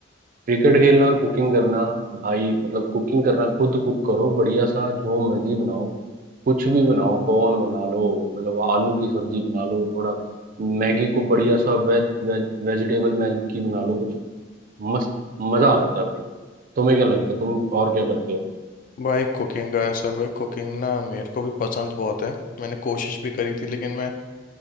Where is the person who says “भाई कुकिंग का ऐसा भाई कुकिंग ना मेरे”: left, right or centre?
Left